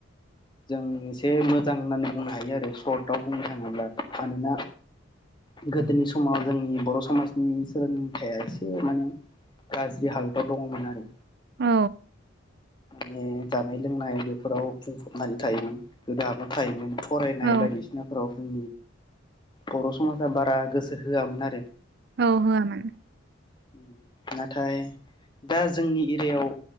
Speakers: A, on the left (about 25°); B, on the right (about 55°).
A: जों एसे मोजां होननानै बुंनो हायो आरो सर्टआव बुंनो थाङोब्ला मानोना गोदोनि समाव जोंनि बर' समाजनि सोलोंथाइया एसे माने गाज्रि हालोदाव दङमोन आरो
B: औ।
A: माने जानाय लोंनाय बेफोराव बुंफबनानै थायोमोन गोदो हाबना थायोमोन। फरायनाय
B: औ
A: बायदिसिनाफोराव उम, बर' समाजा बारा गोसो होआमोन आरो।
B: औ होआमोन।
A: ओम नाथाय दा जोंनि इरियायाव